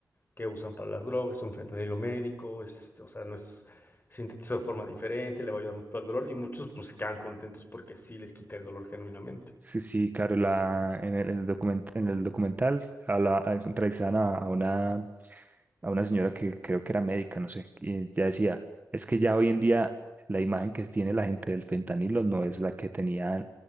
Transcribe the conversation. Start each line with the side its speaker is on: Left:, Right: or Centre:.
Left: que usan para las drogas, es un fentanilo médico, es, este, o sea, no es sintetizado de forma diferente, le va a ayudar mucho al dolor. Y muchos pues quedan contentos porque sí les quita el dolor genuinamente.
Right: Sí, sí, claro, la, en el, en el document- en el documental habla, entrevistan a, a una a una señora que creo que era médica, no sé, y ya decía, es que ya hoy en día la imagen que tiene la gente del fentanilo no es la que tenía,